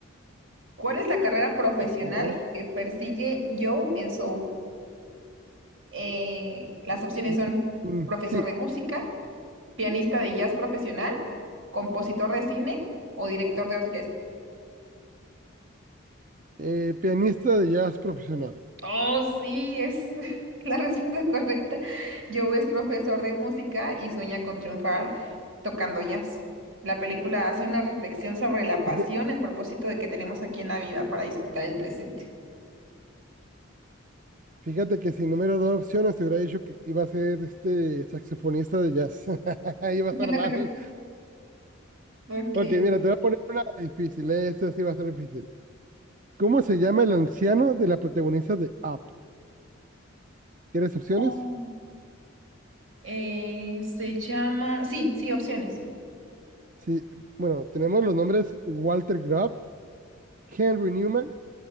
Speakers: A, on the right (about 70°); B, on the right (about 40°).
A: ¿Cuál es la carrera profesional
B: A ver.
A: que persigue Joe en Soul? Eh, las opciones
B: Y,
A: son
B: mm,
A: profesor
B: sí,
A: de música, pianista de jazz profesional, compositor de cine o director de orquesta.
B: eh, pianista de jazz profesional.
A: Oh, sí, es <laughs> la respuesta correcta. Joe es profesor de música y sueña con triunfar tocando jazz. La película hace una reflexión sobre la pasión,
B: Fíjate,
A: el propósito de que tenemos aquí en la vida para disfrutar el presente.
B: fíjate que sin número dos opciones te hubiera dicho que iba a ser este saxofonista de jazz. <laughs> Iba
A: <laughs>
B: a estar mal.
A: Ok.
B: Ok, mira, te voy a poner una difícil. Esta sí va a ser difícil. ¿Cómo se llama el anciano de la protagonista de Up? ¿Quieres opciones?
A: Oh, eh, se llama. Sí, sí, opciones.
B: Sí, bueno, tenemos los nombres Walter Grubb, Henry Newman,